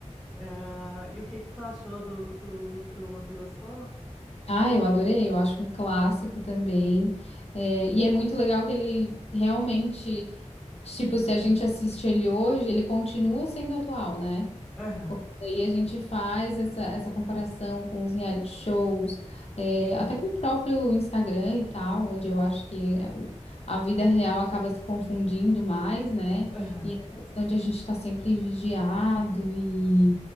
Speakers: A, in the centre; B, on the left.
A: Eh, e o que que tu achou do, do Truman? Tu gostou?
B: Ah, eu adorei, eu acho um clássico também. É, e é muito legal que ele realmente, tipo, se a gente assiste ele hoje, ele continua sendo atual, né?
A: Aham,
B: Porque daí a gente faz essa, essa comparação com os reality shows, é, até com o próprio Instagram e tal, onde eu acho que eh, o- a vida real acaba se confundindo mais, né?
A: aham.
B: E essa questão de a gente estar sempre vigiado e.